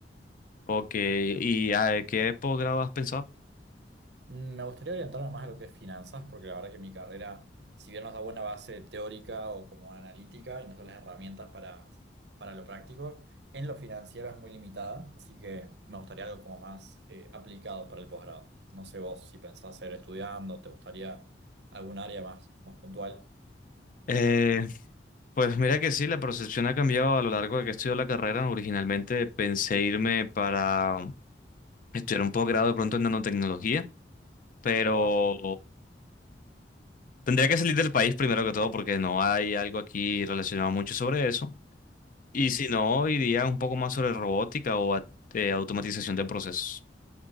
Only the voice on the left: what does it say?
Ok, ¿y a qué posgrado has pensado?
Eh, pues mira que sí, la percepción ha cambiado a lo largo de que he estudiado la carrera. Originalmente pensé irme para estudiar un posgrado de pronto en nanotecnología, pero
tendría que salir del país primero que todo porque no hay algo aquí relacionado mucho sobre eso. Y si no, iría un poco más sobre robótica o a- eh, automatización de procesos.